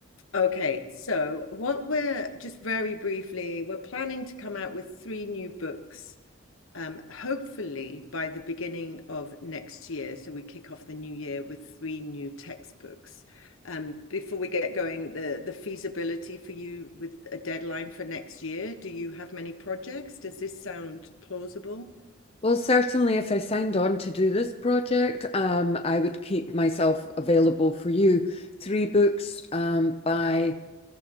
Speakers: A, on the left; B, on the left.
A: Okay, so what we're just very briefly, we're planning to come out with three new books um, hopefully by the beginning of next year. So we kick off the new year with three new textbooks. Um, before we get going, the, the feasibility for you with a deadline for next year, do you have many projects? Does this sound plausible?
B: Well, certainly, if I signed on to do this project, um, I would keep myself available for you. Three books um, by